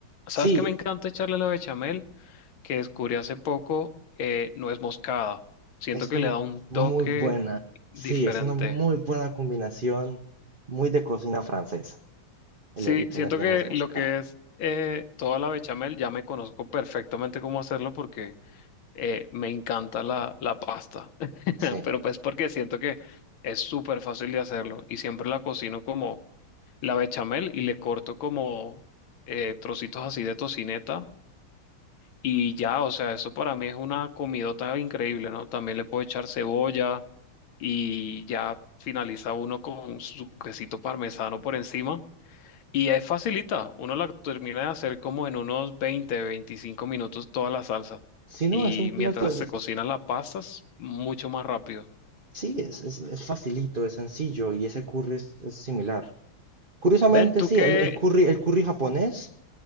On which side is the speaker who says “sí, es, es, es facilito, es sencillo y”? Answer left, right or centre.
Right